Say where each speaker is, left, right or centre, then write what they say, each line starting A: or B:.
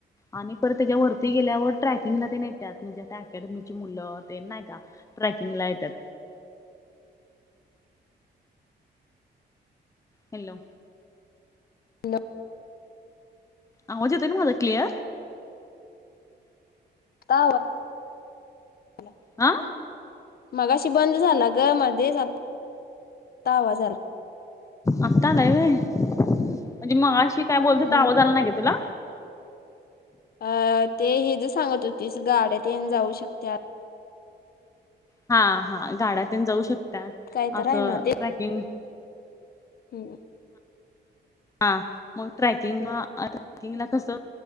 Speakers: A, on the left; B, on the left.
A: आणि परत त्याच्या वरती गेल्यावर ट्रॅकिंगला ला तेन येतात. म्हणजे आता अकॅडमीची मुलं ते नाही का. ट्रॅकिंग ला येत्यात. हॅलो.
B: <unintelligible>
A: आवाज येतोय नवं माझा क्लिअर.
B: का <unintelligible>
A: हा.
B: मगाशी बंद झाला गं मध्येच आत्ता आवाज आला.
A: आत्ता आलाय होय. म्हणजे मगाशी काय बोलत होतो ते
B: हम्म
A: आवाज आला नाही का तुला.
B: अ ते हेज सांगत होतीस गाड्या तेन जाऊ शकत्यात.
A: हा हा गाड्यातून जाऊ शकतात.
B: काय तर
A: असं
B: आहे ना ते
A: ट्रॅकिंग
B: <unintelligible>
A: हा मग ट्रॅकिंगला ट्रॅकिंगला कसं.